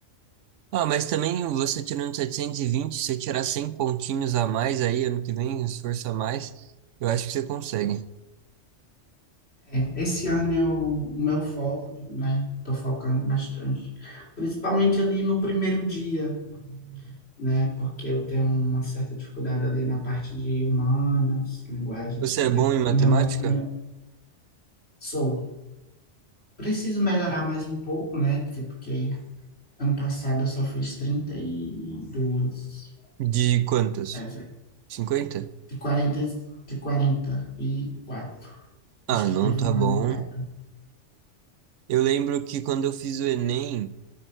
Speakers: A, on the right; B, on the left.
A: Ah, mas também você tirando 720, se você tirar 100 pontinhos a mais aí, ano que vem, esforço a mais, eu acho que você consegue.
B: É, esse ano é o meu foco, né? Tô focando bastante. Principalmente ali no primeiro dia. né? Porque eu tenho uma certa dificuldade ali na parte de humanas, linguagens,
A: Você
B: até
A: é bom em
B: minha,
A: matemática?
B: no- minha sou. Preciso melhorar mais um pouco, né? tipo, Porque ano passado eu só fiz trinta e duas
A: De quantas?
B: mas é
A: cinquenta
B: de quarenta de quarenta e quatro
A: Ah,
B: Acho que
A: não
B: teve
A: tá
B: um
A: bom.
B: anulado.
A: Eu lembro que quando eu fiz o Enem,